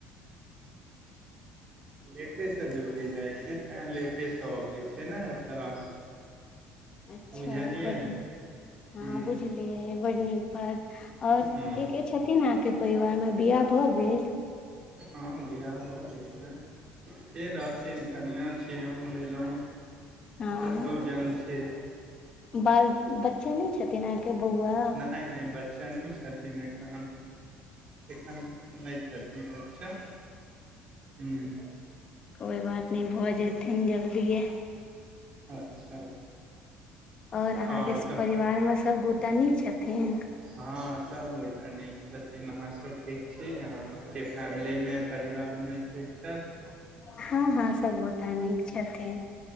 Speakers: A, on the right (about 35°); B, on the left (about 35°).
A: लेटेसे ड्यूटी जाइ छै तैं लेटेसे त अबइ छै ने तऽ
B: अच्छा
A: बुझलियै
B: बड निक। हँ
A: ह्म
B: बुझलियै बड नीक बात। और
A: ह्म
B: के के छै? छथिन‌ आहां के परिवार मे बियाह भऽ गेल
A: हँ बियाह भऽ गेल ने। के रहथिन? कनिआ छी, हम भेलहुँ,
B: हँ
A: बस दू जन छी।
B: बाल बच्चा नहि छथिन। अहाँके बौआ?
A: नहि- नहि बच्चा नहि छथिन ऐखन। एखन नहि छथिन बच्चा। हूँ
B: कोई बात नहि भऽ जेथिन जल्दिए।
A: अच्छा
B: और अहाँके
A: आओर कह
B: परिवार मे सब गोटा निक छथिन?
A: हँ सबगोटा नीक छथिन। अहाँ सब ठीक छी? अहां के फैमिलीमे, परिवारमे ठीक छैथ?
B: हँ -हँ सब गोटा निक छथिन।